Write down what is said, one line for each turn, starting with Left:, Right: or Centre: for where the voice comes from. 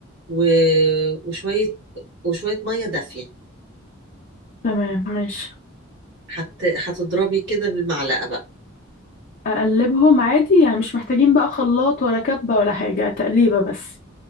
Right: و... وشوية وشوية مية دافية
Left: تمام ماشي
Right: هت... هتضربي كده بالمعلقة بقى
Left: واقلبهم عادي يعني مش محتاجين بقى خلاط ولا كبة ولا حاجة تقليبة بس